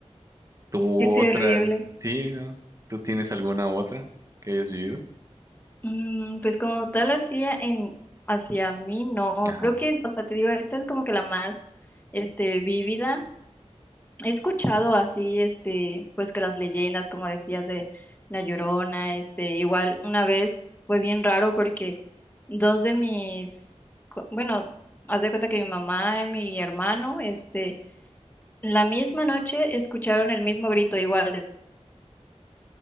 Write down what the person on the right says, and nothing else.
¿Tú
otra? Sí, ¿no? ¿Tú tienes alguna otra que hayas vivido?
Ajá.